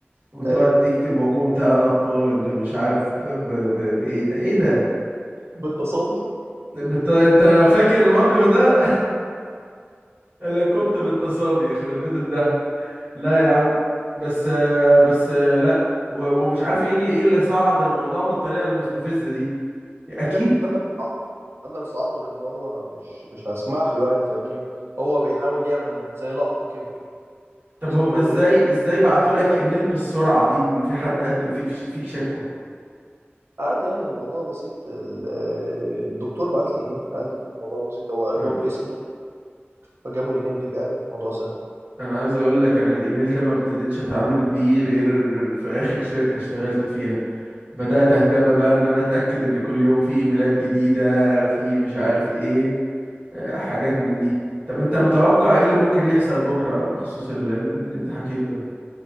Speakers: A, on the right; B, on the right.
A: وتقعد
B: اي
A: تكتب وقمت انا الطالب مش عارف ب... ب... ب... بايه ده ايه ده
B: بالتصابي
A: بت... انت فاكر الموقف ده <laughs> انا قمت بالتصابي يخرب بيت الضحك لا يا عم بس بس لا و... ومش عارف ايه اللي ايه اللي صعد الموضوع بالطريقه المستفزه دي اكيد
B: انا كنت انا اللي صعدته انا اللي صعدته لان هو مش مش هسمح له يعني فاهمني هو بيحاول يعمل زي لقطه كده بحيث
A: طب هما
B: انه
A: ازاي
B: ايه
A: ازاي بعتوا لك ايميل بالسرعه دي ان في حد قدم فيك فيك شكوى
B: عادي يعني الموضوع بسيط ال- الدكتور بعت لي ايميل عادي الموضوع بسيط هو قال
A: آه،
B: لهم اسمي فجابوا الايميل بتاعي الموضوع سهل
A: انا عايز اقول لك انا الايميل ده ما ابتديتش اتعامل بيه غير في اخر شركة اشتغلت فيها بدأت أهتم بقى إن أنا أتأكد إن كل يوم في إيميلات جديدة في مش عارف إيه آه، حاجات من دي طب أنت متوقع إيه اللي ممكن يحصل بكرة بخصوص ال- اللي أنت حكيته ده؟